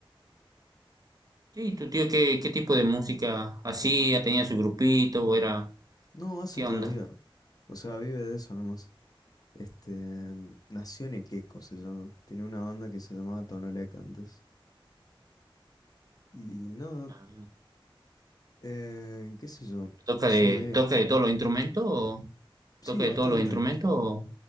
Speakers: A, on the right; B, on the left.
A: ¿Y tu tío qué, qué tipo de música hacía? ¿Tenía su grupito o era
B: No, hace
A: qué
B: todavía.
A: onda?
B: O sea, vive de eso nomás. Este, Nación Equeco se llama. Tiene una banda que se llamaba Tonolec antes. Y nada,
A: Ah,
B: eh, qué sé yo,
A: ¿Toca
B: hace
A: de,
B: medio.
A: toca de todos los instrumentos o
B: Sí,
A: toca
B: bastante.
A: de todos los instrumentos? o-